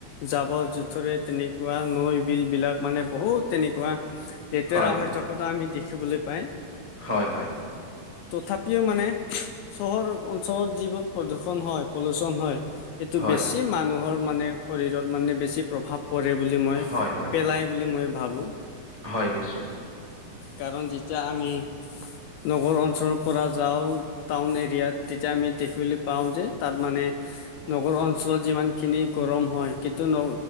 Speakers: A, on the left; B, on the right.
A: জাবৰ জোথৰে তেনে কুৱা নৈ- বিল বিলাক মানে বহুত তেনেকুৱা লেতেৰা
B: হয়,
A: হৈ
B: হয়,
A: থকা। আমি দেখিবলৈ পাই
B: হয় হয়,
A: তথাপিও মানে চহৰ অঞ্চলত যিবোৰ প্ৰদূষণ হয় পলুচন হয়। এইটো
B: হয়,
A: বেছি মানুহৰ মানে শৰীৰত মানে বেছি প্ৰভাৱ পৰে। বুলি মই
B: হয়, হয়,
A: পেলাই বুলি মই ভাবো।
B: হয়, নিশ্চয়।
A: কাৰণ যেতিয়া আমি নগৰ অঞ্চলৰ পৰা যাওঁ। টাউন এৰিয়াত তেতিয়া আমি দেখিবলৈ পাওঁ যে তাত মানে নগৰ অঞ্চলত যিমান খিনি গৰম হয় কিন্তু ন